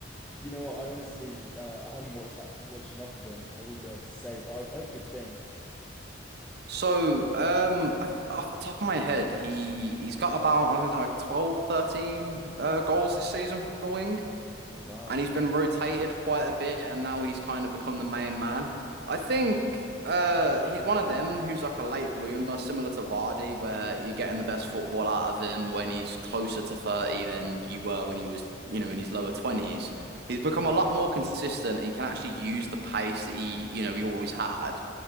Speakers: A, in the centre; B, on the right.
A: You know what? I honestly, uh, I haven't watched that watched enough of him. I wouldn't be able to say, but I've heard good things.
B: so um I th off the top of my head he he's got about I think like 12, 13 uh goals this season for the
A: Wow.
B: and he's been rotated quite a bit, and now he's kind of become the main man. I think uh, he's one of them who's like a late bloomer, similar to Vardy, where you're getting the best football out of him when he's closer to 30 than you were when he was, you know, in his lower 20s. He's become a lot more consistent and he can actually use the pace that he, you know, he always had